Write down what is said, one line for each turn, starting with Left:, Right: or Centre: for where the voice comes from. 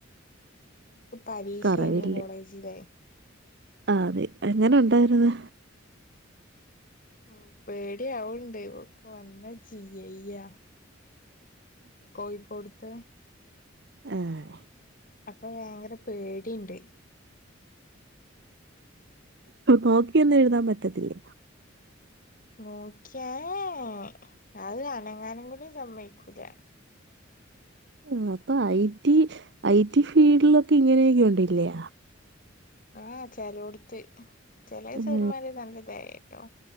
Left: ഇനി എനക്ക് പരീക്ഷ
Right: കറവില്ല്
Left: നീം കോളേജിലെ
Right: ആഹ് അതെ എങ്ങനെ ഉണ്ടായിരുന്ന്
Left: ഉം പേടി ആവണ്ട് വന്നാ ചീയയ്യ കോയിക്കോട് ത്തെ
Right: ആഹ്
Left: അപ്പൊ ഭയങ്കര പേടീണ്ട്
Right: നോക്കിയൊന്നും എഴുതാൻ പറ്റത്തില്ലേ
Left: നോക്ക്യാ ഏഹ് അത് അനങ്ങാനും കൂടി സമ്മയ്ക്കൂല
Right: ആഹ് അപ്പൊ ഐ ടി ഐ ടി ഫീൽഡിലൊക്കെ ഇങ്ങനെയൊക്കെ ഉണ്ടല്ല്യ
Left: ആഹ് ചെലോടുത്ത് ചെല
Right: ഉം
Left: സാറ്മാര് നല്ല ദയയാട്ടോ